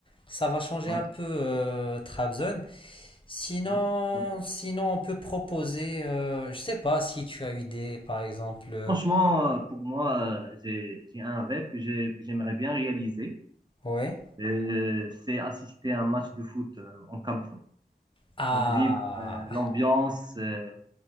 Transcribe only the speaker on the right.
oui,
mm, oui.
Franchement, euh, pour moi, euh, j'ai, j'ai un rêve que j'ai, que j'aimerais bien réaliser.
Euh, c'est assister à un match de foot euh, en Camp Nou.
Donc, vivre euh, l'ambiance. euh,